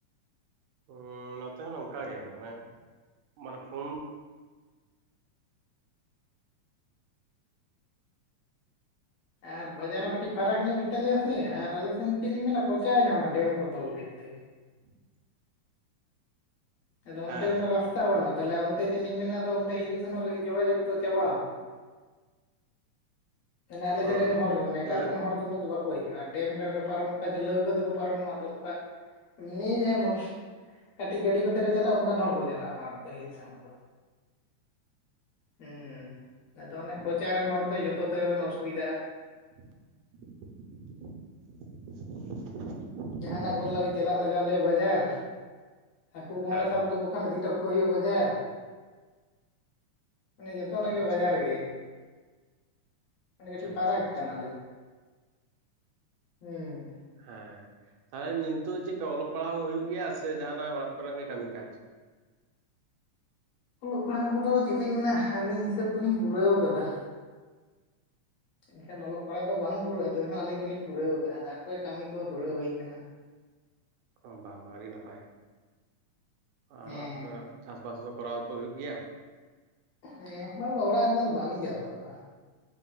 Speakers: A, on the right; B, on the left.
A: ᱦ ᱱᱚᱛᱮ ᱦᱚᱸ ᱱᱚᱝᱠᱟ ᱜᱮᱮ ᱢᱟᱱᱮ ᱢᱟᱱᱮ ᱯᱷᱩᱱ
B: ᱟᱨ ᱵᱟᱡᱟᱨ ᱦᱚᱸ ᱠᱟᱹᱴᱤᱡ ᱯᱷᱟᱨᱟᱠ ᱧᱚᱜ ᱜᱮᱛᱟᱞᱮᱭᱟ ᱥᱮ ᱟᱨ ᱟᱞᱮᱮᱥᱮᱱ ᱫᱚ ᱪᱮᱫ ᱞᱤᱧ ᱢᱮᱱᱟ ᱠᱚᱪᱟᱭᱱᱟ ᱚᱱᱟ ᱰᱮᱢ ᱠᱚ ᱛᱚᱞ ᱵᱮᱛᱮ
A: <inaudible>
B: ᱟᱫᱚ ᱚᱱᱛᱮ
A: ᱦᱮᱸ
B: ᱩᱱᱟᱹᱜ ᱨᱟᱥᱛᱟ ᱵᱟᱹᱱᱩᱜᱼᱟ ᱛᱟᱦᱮ ᱚᱱᱛᱮ ᱡᱮᱫ ᱞᱤᱧ ᱢᱮᱱᱟ ᱟᱫᱚ ᱚᱱᱛᱮ ᱦᱤᱡᱩᱜ ᱥᱮᱱᱚᱜ ᱞᱟᱹᱜᱤᱫ ᱡᱳᱜᱟᱡᱳᱜᱽ ᱫᱚ ᱪᱟᱵᱟᱟᱣ ᱟᱠᱟᱱᱟ ᱟᱞᱮᱨᱮ
A: ᱦᱩᱸ
B: ᱨᱮᱱ ᱦ ᱦᱚᱲᱩᱜ ᱢᱮᱴᱨᱮᱮᱱ
A: ᱞᱟᱹᱜ
B: ᱦᱚᱲ ᱩᱱᱟᱹᱜ ᱫᱚ ᱵᱟᱠᱚ ᱦᱤᱡᱩᱜᱼᱟ ᱰᱮᱢ ᱨᱮ ᱚᱸᱰᱮ ᱯᱟᱨᱚᱢᱚᱜ ᱠᱷᱡ ᱫᱚ ᱞᱟᱹᱣᱠᱟᱹ ᱛᱮᱠᱚ ᱯᱟᱨᱚᱢᱚᱜᱼᱟ ᱟᱫᱚ ᱚᱱᱠᱟ ᱱ ᱢ ᱠᱟᱹᱴᱤᱡ ᱜᱟᱹᱰᱤ ᱠᱚᱛᱮ ᱠᱚ ᱪᱟᱞᱟᱜᱼᱟ ᱚᱱᱠᱟᱱ ᱦᱚᱲ ᱠᱚ ᱪᱟᱞᱟᱜᱼᱟ ᱚᱱᱟᱴᱟᱜ ᱫᱚ ᱦᱩᱭᱩᱜ ᱥᱮᱱᱚᱜ ᱫᱚ
A: <inaudible>
B: ᱦᱮᱸ ᱟᱫᱚ ᱚᱱᱮ ᱠᱚᱪᱟ ᱨᱮᱱ ᱦᱚᱲ ᱫᱚ ᱡᱚᱛᱚ ᱛᱮᱜᱮ ᱵᱮᱮᱱ ᱚᱥᱩᱵᱤᱫᱟᱜᱼᱟ
A: <inaudible>
B: ᱡᱟᱦᱟᱱᱟᱜ
A: ᱦᱮᱸ
B: ᱠᱚᱨᱮ ᱞᱟᱹᱜᱤᱫ ᱪᱟᱞᱟᱜ ᱞᱟᱜᱟᱣ ᱞᱮᱭᱟ ᱵᱟᱡᱟᱨ ᱦᱟᱹᱠᱩ ᱠᱚᱦᱚᱸ
A: ᱦᱮᱸ
B: ᱞᱮ ᱥᱟᱵ
A: ᱦᱮᱸ
B: ᱞᱮᱠᱚ ᱠᱷᱚᱱ ᱤᱫᱤ ᱦᱚᱴᱚᱠᱚ ᱦᱩᱭᱩᱜᱼᱟ ᱵᱟᱡᱟᱨ ᱢᱟᱱᱮ ᱡᱚᱛᱚᱱᱟᱜ
A: ᱟᱪᱪᱷᱟ
B: ᱜᱮ ᱵᱟᱡᱟᱨᱜᱮ ᱢᱟᱱᱮ
A: ᱟᱪᱪᱷᱟ
B: ᱠᱟᱹᱴᱤᱡ
A: ᱟᱪᱪᱷᱟ
B: ᱯᱟᱨᱟᱠ
A: ᱟᱪᱪᱷᱟ
B: ᱠᱟᱱᱟᱞᱮ ᱦᱮᱸ
A: ᱦᱮᱸ ᱛᱟᱦᱚᱞᱮ ᱱᱤᱛᱚᱜ ᱪᱮᱫᱠᱟ ᱚᱞᱚᱜ ᱯᱟᱲᱦᱟᱣ ᱦᱩᱭᱩᱜ ᱜᱮᱭᱟ ᱥᱮ ᱡᱟᱦᱟᱱᱟᱜ ᱚᱲᱟᱜ ᱠᱚᱨᱮᱱᱟᱜ ᱜᱮ ᱠᱟᱹᱢᱤ ᱠᱟᱡ
B: ᱚᱞᱚᱜ ᱯᱟᱲᱦᱟᱜ ᱠᱚᱫᱚ ᱪᱮᱫ ᱞᱤᱧ ᱢᱮᱱᱟ ᱟᱹᱞᱤᱧ ᱦᱤᱥᱟᱹᱵ ᱫᱚᱞᱤᱧ ᱯᱩᱨᱟᱹᱣ ᱠᱟᱫᱟ ᱮᱱᱠᱷᱟᱱ ᱚᱞᱚᱜ ᱯᱟᱲᱦᱟᱜ ᱫᱚ ᱵᱟᱝ ᱯᱩᱨᱟᱹᱜᱼᱟ ᱛᱚᱵᱮ ᱟᱹᱞᱤᱧ ᱫᱚᱞᱤᱧ ᱯᱩᱨᱟᱹᱣ ᱟᱠᱟᱟᱜᱼᱟ ᱛᱟᱨᱯᱚᱨᱮ ᱠᱟᱹᱢᱤ ᱠᱚ ᱫᱷᱩᱨᱟᱹᱣ ᱦᱩᱭ ᱟᱠᱟᱱᱟ
A: ᱵᱟᱝ ᱵᱟᱝ ᱟᱹᱰᱤ ᱱᱟᱯᱟᱭ ᱟᱨ
B: ᱦᱮᱸ
A: ᱚᱲᱟᱜ ᱠᱚᱨᱮᱱᱟᱜ ᱪᱟᱥᱵᱟᱥ ᱫᱚ ᱠᱚᱨᱟᱣ ᱛ ᱦᱩᱭᱩᱜ ᱜᱮᱭᱟ
B: ᱦᱮᱸ ᱵᱟᱝᱵᱟ ᱚᱲᱟᱜ ᱨᱮᱱᱟᱜ ᱫᱚ ᱵᱟᱞᱤᱧ ᱪᱟᱥ ᱵᱟ ᱠᱚᱣᱟ